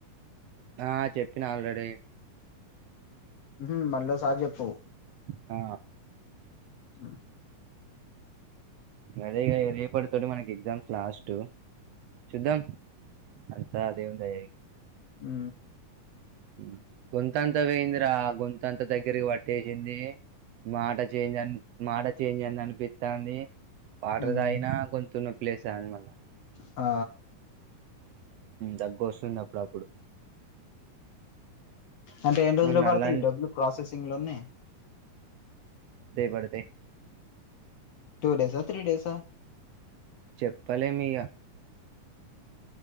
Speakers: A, on the right (about 85°); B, on the left (about 65°).
A: ఆ చెప్పినా ఆల్రెడీ
B: ఉహు మళ్ళ సారి చెప్పు
A: ఆ
B: హ్మ్
A: అదేగా రేపటితోటి మనకి ఎగ్జామ్స్ లాస్టు చూద్దాం అంతా దేవుని దయ
B: ఉ
A: ఉ గొంతంతా పోయింద్రా గొంతంతా దగ్గరికి పట్టేసింది. మాట చేంజ్ అని మాట చేంజ్ అయిదని అనిపిత్తంది వాటర్
B: ఉమ్.
A: తగిన <unintelligible>
B: ఆ
A: దగ్గు వస్తుంది అప్పుడప్పుడు
B: అంటే ఎన్ని రోజులు
A: మొన్న
B: పడితే
A: అల్లాని
B: ఈ డబ్బులు ప్రాసెసింగ్ లోనే
A: పడుతాయ్ <unintelligible>
B: టూ డేసా త్రీ డేస
A: చెప్పలేం <unintelligible>